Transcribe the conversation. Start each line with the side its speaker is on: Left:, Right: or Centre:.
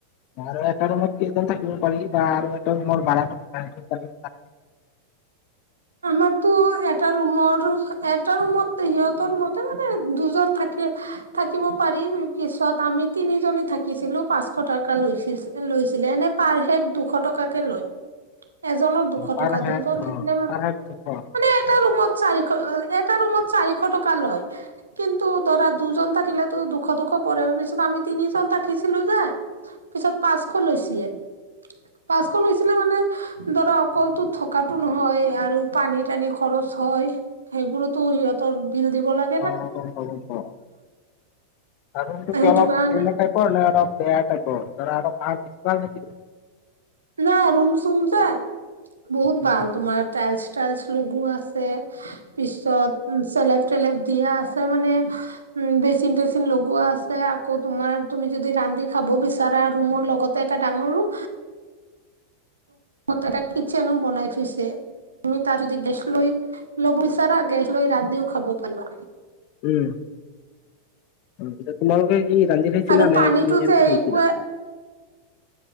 Left: আৰু এটা ৰুমত কেইজন থাকিব পাৰি বা আৰু এটা ৰুমৰ ভাৰাটো
Right: আমাৰতো এটা ৰুমৰ এটা ৰুমত সিহঁতৰ মতে মানে দুজন থাকে। থাকিব পাৰিম পিছত আমি তিনিজনী থাকিছিলোঁ পাঁচশ টকা লৈছি-লৈছিলে এনে পাৰ হেড দুশ টকাকে লয়। এজনৰ দুশ
Left: পাৰ
Right: টকা
Left: হেড
Right: দুজন
Left: অ
Right: থাকিলে মা-
Left: পাৰ হেড দুশ অ
Right: মানে এটা ৰুমত চাৰিশ, এটা ৰুমত চাৰিশ টকা লয়। কিন্তু ধৰা দুজন থাকিলেতো দুশ টকা পৰে নিচিনা আমি তিনিজন থাকিছিলোঁ যে পিছত পাঁচশ লৈছিলে। পাঁচশ লৈছিলে মানে ধৰা অকলটো থকাতো নহয় আৰু পানী-টানি খৰচ হয়, সেইবোৰতো সিহঁতৰ বিল দিব লা-
Left: অ গম পালোং ক অঁ। <unintelligible>
Right: সেইটো কাৰণে
Left: <unintelligible>
Right: না ৰুম-চুম যে, বহুত
Left: উম
Right: ভাল তোমাৰ টাইলছ-টাইলছ লগোৱা আছে। পিছত চেলেপ-তেলেভ দিয়া আছে মানে উম' বেচিন-টেচিন লগোৱা আছে আকৌ তুমাৰ তুমি যদি ৰান্ধি খাব বিচাৰা ৰুমৰ লগত তে এটা ডাঙৰ ৰোম
Left: <inaudible>
Right: তাতে কিটচেনো বনাই থৈছে, তুমি তাতে'দি গেছ লৈ, ল'ব‌ই ত-তা গেছ লৈ ৰান্ধিও খাব পাৰিবা।
Left: উম। তাৰপিছত তোমালোকে কি ৰান্ধি খাইছিলা
Right: আৰু পানীটো
Left: নে কিনি
Right: যে
Left: আনি খাইছিলা?
Right: একোৱে